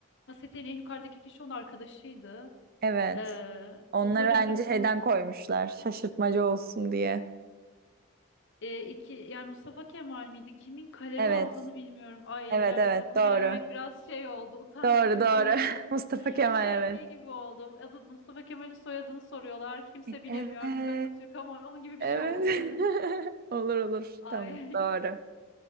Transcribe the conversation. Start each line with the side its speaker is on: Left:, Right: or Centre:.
Left: bahsettiğin en yukarıdaki kişi onun arkadaşıydı.
Right: Evet.
Left: Ee,
Right: Onları
Left: umarım
Right: bence
Left: bunu
Right: şeyden koymuşlar. Şaşırtmacı olsun diye.
Left: e, iki yani Mustafa Kemal miydi? Kimin kaleme
Right: Evet.
Left: aldığını bilmiyorum. Ay
Right: Evet
Left: gerçekten
Right: evet
Left: bunu
Right: doğru.
Left: bilememek biraz şey oldu. Utanç
Right: Doğru
Left: verici
Right: doğru.
Left: oldu.
Right: <laughs> Mustafa
Left: <laughs>
Right: Kemal
Left: Şey
Right: evet.
Left: gibi oldum. Adı Mustafa Kemal'in soyadını soruyorlar. Kimse bilemiyor.
Right: Evet.
Left: Halbuki Atatürk ama onun gibi bir
Right: Evet.
Left: şey oldu yani.
Right: <laughs>
Left: <laughs>
Right: Olur olur.
Left: Ay
Right: Tamam doğru.